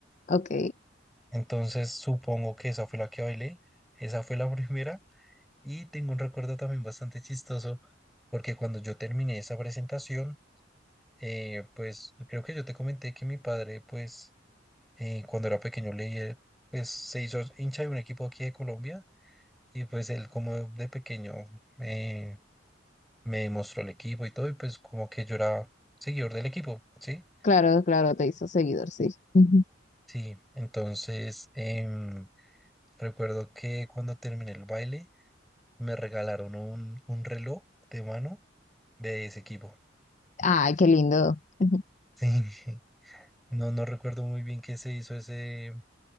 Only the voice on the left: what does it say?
Ok.
Claro, claro, te hizo seguidor, sí. Ujú.
Ay, qué lindo. Ujú. <laughs>